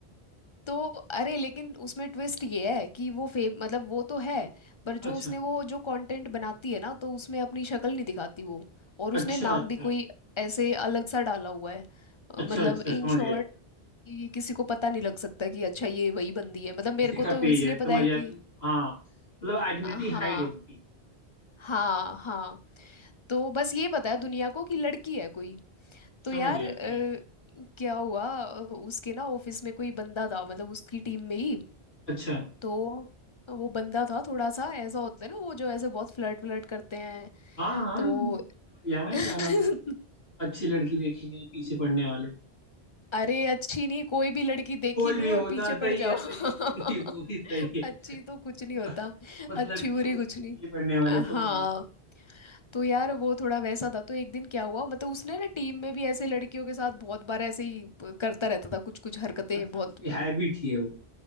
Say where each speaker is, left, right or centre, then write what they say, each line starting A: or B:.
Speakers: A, on the left (about 40°); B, on the left (about 70°).
A: तो अरे लेकिन उसमें ट्विस्ट ये है कि वो फेम मतलब वो तो है पर
B: अच्छा
A: जो उसने वो जो कंटेंट बनाती है ना तो उसमें अपनी शक्ल नहीं दिखाती वो और
B: अच्छा
A: उसने नाम
B: अच्छा
A: भी कोई ऐसे अलग सा डाला हुआ है अ,
B: अच्छा
A: मतलब
B: अच्छा
A: इन
B: समझ
A: शॉर्ट
B: गया
A: कि किसी को पता नहीं लग सकता कि अच्छा ये वही बंदी है मतलब मेरे
B: उसी
A: को
B: का
A: तो
B: पेज
A: इसलिए
B: है समझ
A: पता है
B: गया
A: कि
B: कि हाँ मतलब आइडेंटिटी
A: हाँ
B: हाइड है उनकी
A: हाँ हाँ तो बस ये पता है दुनिया को कि लड़की है कोई तो
B: समझ
A: यार
B: गया
A: अ,
B: समझ गया
A: क्या हुआ अ, उसके ना ऑफिस में कोई बंदा था मतलब उसकी टीम में ही
B: अच्छा
A: तो वो बंदा था थोड़ा सा ऐसा होता है ना वो जो ऐसे बहुत फ्लर्ट फ्लर्ट करते हैं
B: हाँ हाँ
A: तो
B: समझ गया मैं
A: <laughs>
B: क्या नाम है अच्छी लड़की देखी नहीं पीछे पड़ने वाले
A: अरे अच्छी नहीं कोई भी लड़की देखी
B: कोई
A: नहीं
B: भी होता
A: और पीछे
B: सही
A: पड़ जाओ
B: है सही
A: <laughs>
B: है वो भी वो भी सही है
A: अच्छी तो कुछ नहीं होता
B: बस बस
A: अच्छी
B: लड़की
A: बुरी
B: हो उसी
A: कुछ
B: के
A: नहीं
B: पीछे पड़ने वाले
A: अ, हाँ
B: समझ गए
A: तो यार वो थोड़ा वैसा था तो एक दिन क्या हुआ मतलब उसने ना टीम में भी ऐसे लड़कियों के साथ बहुत बार ऐसे ही प- करता रहता था कुछ कुछ हरकतें
B: अच्छा
A: बहुत
B: उसकी हैबिट ही है वो